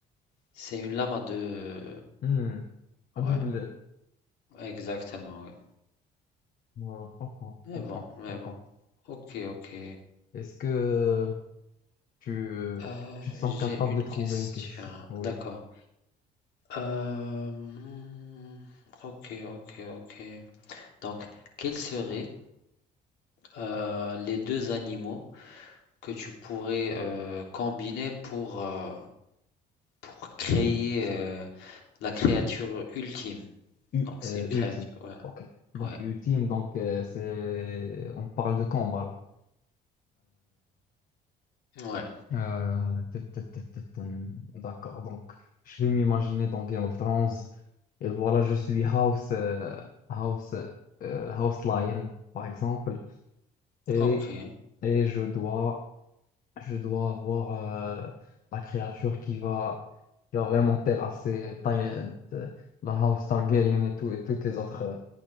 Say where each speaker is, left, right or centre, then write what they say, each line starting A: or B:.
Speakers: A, on the left; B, on the left.
A: c'est une lame à deux.
B: Hmm. À
A: Ouais,
B: double.
A: exactement, ouais.
B: Ouais. <laughs>
A: Mais bon, mais bon. Ok, ok.
B: Est-ce que tu,
A: Euh,
B: tu te sens
A: j'ai
B: capable
A: une
B: de trouver
A: question.
B: une question? Oui.
A: D'accord. Euh, hmm, ok, ok, ok. Donc, quels seraient euh, les deux animaux que tu pourrais euh, combiner pour euh, pour créer, heu, la créature ultime.
B: U,
A: Donc
B: euh,
A: c'est une créature
B: ultime.
A: ouais,
B: Ok. Donc
A: ouais,
B: ultime, donc euh, c'est on parle de combat là.
A: ouais.
B: Euh, euh, tut, tut, tut, tut, hum, D'accord. Donc je vais m'imaginer dans Game of Thrones et voilà je suis House euh, House euh, House Lion par exemple et
A: OK,
B: et je dois je dois avoir euh, la créature qui va qui va vraiment terrasser Ty- euh, la House Targaryen et tout et toutes les autres. euh,